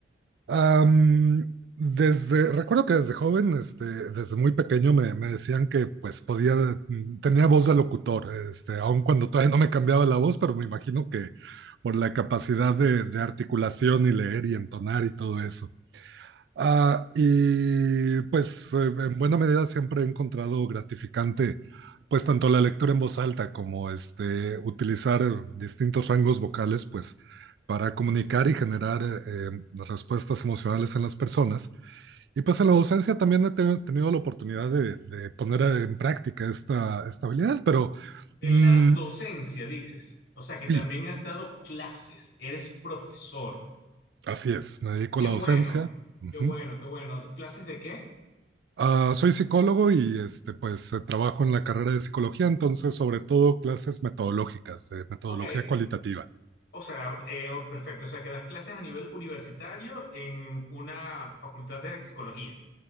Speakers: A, on the right (about 60°); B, on the left (about 65°).
A: Am, desde, recuerdo que desde joven, este, desde muy pequeño me, me decían que, pues, podía, mm, tenía voz de locutor, este, aun cuando todavía no me cambiaba la voz, pero me imagino que por la capacidad de, de articulación y leer y entonar y todo eso. Ah, y pues eh, en buena medida siempre he encontrado gratificante pues tanto la lectura en voz alta como este utilizar distintos rangos vocales pues para comunicar y generar eh, respuestas emocionales en las personas. Y pues en la docencia también he teni- tenido la oportunidad de, de poner en práctica esta, esta habilidad, pero
B: En
A: mm,
B: la docencia, dices. O sea, que
A: sí,
B: también has dado clases, eres profesor.
A: así es, me dedico
B: Qué
A: a la
B: bueno,
A: docencia. Ujú.
B: qué bueno, qué bueno. ¿Clases de qué?
A: Ah, soy psicólogo y este, pues eh, trabajo en la carrera de psicología, entonces sobre todo clases metodológicas, de metodología
B: Ok,
A: cualitativa.
B: o sea, eh, oh, perfecto. O sea, que das clases a nivel universitario en una facultad de psicología.